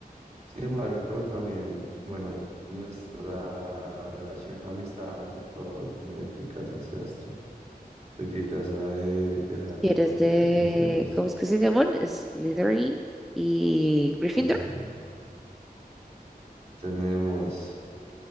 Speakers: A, on the right (about 40°); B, in the centre.
A: Sin embargo, también, bueno, nuestra relación de amistad, de todo, depende de qué casa seas tú, de qué casa de, de Harry
B: eres
A: Potter
B: de...
A: te consideras.
B: ¿Cómo es que se llaman? Slytherin y Gryffindor.
A: Pues ya tenemos